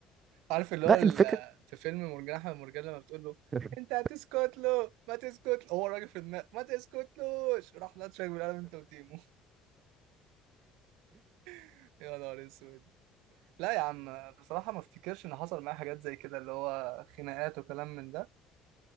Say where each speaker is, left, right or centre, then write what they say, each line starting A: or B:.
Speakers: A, on the right; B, on the right.
A: عارف اللي هو
B: لا
A: ال-
B: الفكرة
A: في فيلم مرجان احمد مرجان لما بتقول له
B: <laughs>
A: انت هتسكت له ما تسكت له هو الراجل في دماغه ما تسكتلوش راح لطشك بالقلم انت وتيمو <laughs> يا نهار اسود لا يا عم بصراحة ما افتكرش ان حصل معايا حاجات زي كده اللي هو خناقات وكلام من ده